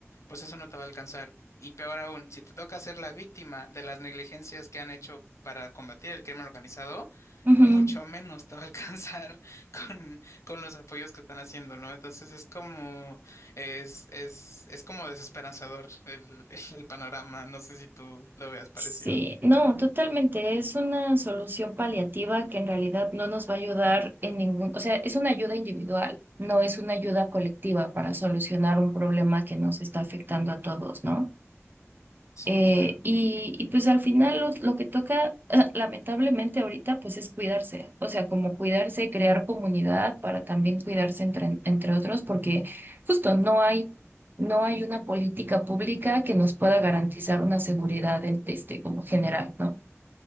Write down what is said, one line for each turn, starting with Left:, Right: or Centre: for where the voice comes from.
Left: pues eso no te va a alcanzar. Y peor aún, si te toca ser la víctima de las negligencias que han hecho para combatir el crimen organizado,
Right: Ujú.
Left: mucho menos te va a alcanzar <laughs> con, con los apoyos que están haciendo, ¿no? Entonces es como, es, es, es como desesperanzador el, <laughs> el panorama. No sé si tú lo veas parecido.
Right: Sí, no, totalmente. Es una solución paliativa que en realidad no nos va a ayudar en ningún, o sea, es una ayuda individual, no es una ayuda colectiva para solucionar un problema que nos está afectando a todos, ¿no?
Left: Sí,
Right: Eh,
Left: claro.
Right: y, y, pues al final lo, lo que toca, <laughs> lamentablemente ahorita, pues es cuidarse, o sea, como cuidarse, crear comunidad para también cuidarse entre, entre otros, porque justo no hay, no hay una política pública que nos pueda garantizar una seguridad en- este, como general, ¿no?